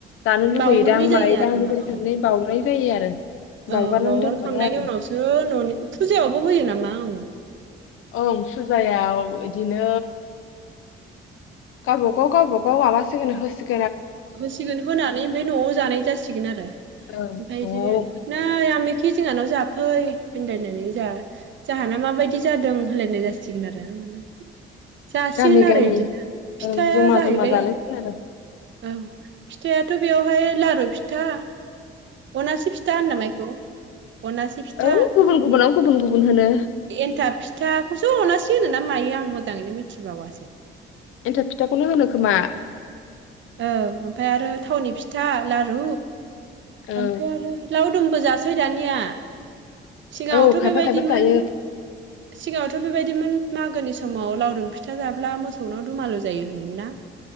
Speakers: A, on the left; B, on the right.
A: जानो लुगैयोदां
B: बावहरनाय जायो
A: मायोदां
B: आरो
A: बेबायदि
B: <unintelligible>
A: साननानै बाउनाय जायो आरो
B: औ
A: बावगारनानै
B: बावहरखांनायनि
A: दोनहरो आरो
B: उनावसो न'नि फुजायावबो होयो नामा औ।
A: ओं फुजायाव इदिनो गावबागाव गावबागाव माबासिगोन होसिगो
B: होसिगोन होनानै ओमफाय न'आव जानाय जासिगोन आरो
A: ओं
B: ओमफाय
A: न'आव
B: इदिनो नै आमखि जोंहानाव जाफ फै होनलायनानै जा जाहाना माबायदि जादों। होलायनाय जासिगोन आरो मानो जासिगोन
A: गामि
B: आरो
A: गामि
B: इदिनो फिथाया
A: ओं जमा
B: जाहैबाय
A: जमा जालायसिगोन आरो
B: औ फिथायाथ' बेवहाय लारु फिथा। अनासे फिथा होनो नामा इखौ अनासे फिथा
A: औ गुबुन गुबुनाव गुबुन गुबुन होनो
B: एन्थाब फिथाखौसो अना <unintelligible> होनोना मायो आं मोजाङैनो मिथिबावासो।
A: एन्थाब फिथाखौनो होनो खोमा।
B: औ ओमफाय आरो थावनि फि था लारु।
A: औ
B: ओमफाय आरो लावदुमबो जासै दानिया सिगाङावथ'
A: औ खायफा
B: बेबायदिमोन।
A: खायफा जायो
B: सिगाङावथ' बेबायदिमोन मागोनि समाव लावदुम फिथा जाब्ला मोसौनाव दुमालु जायो। होनोमोन ना